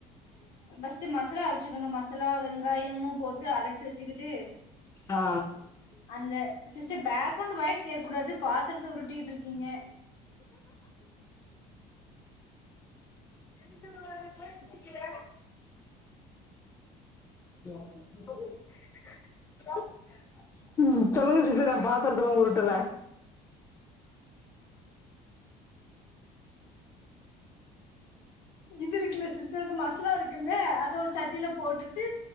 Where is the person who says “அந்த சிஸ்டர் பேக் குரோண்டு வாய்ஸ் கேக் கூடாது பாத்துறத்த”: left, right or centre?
Left